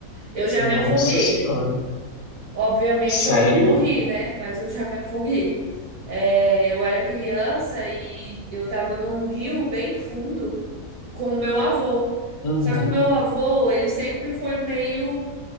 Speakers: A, on the right (about 70°); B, on the left (about 85°).
A: Eu já
B: Nossa
A: me afoguei.
B: senhora.
A: Obviamente
B: Sério?
A: eu não morri, né? Mas eu já me afoguei. É, eu era criança e eu tava num rio bem fundo. com o meu avô.
B: Uhum,
A: Só que o meu avô, ele sempre foi meio